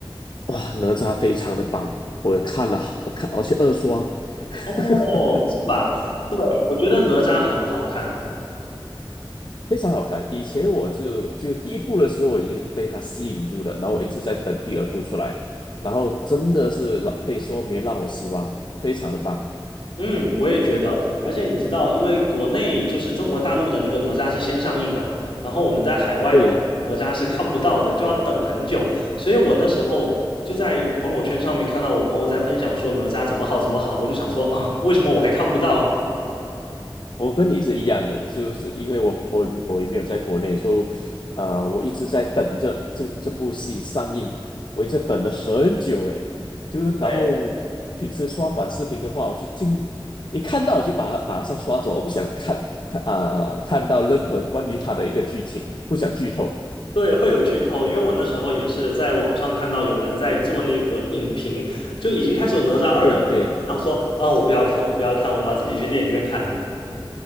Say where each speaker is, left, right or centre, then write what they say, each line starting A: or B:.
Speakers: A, on the left; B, on the left.
A: 哇，哪吒非常的棒，我看了，我看我去二刷，<laughs>
B: 哦，是吧？对，我觉得哪吒很好看。
A: 非常好看。以前我就就第一部的时候，我已经被它吸引住了，然后我一直在等第二部出来，然后真的是让可以说没让我失望，非常的棒。
B: 嗯，我也觉得。而且你知道，因为国内就是中国大陆的那个哪吒是先上映的嘛，然后我们在海外的哪吒是看不到的，
A: 对。
B: 就要等很久。所以我那时候就在朋友圈上面看到我朋友在分享说哪吒怎么好怎么好，我就想说啊，为什么我还看不到？
A: 我跟你是一样的，就是因为我我我也没有在国内，所以呃，我一直在等着这这部戏上映，我一直等了很久诶，就然后平时刷短视频的话，
B: 对。
A: 我就经一看到我就把它马上刷走，我不想看看啊、看到任何关于他的一个剧情，不想剧透。
B: 对，会有剧透，因为我那时候也是在网上看到有人在做那个影评，就已经开始有《哪吒二》的影评我想说啊，
A: 对对对，
B: 我不要看，我不要看，我要自己去电影院看。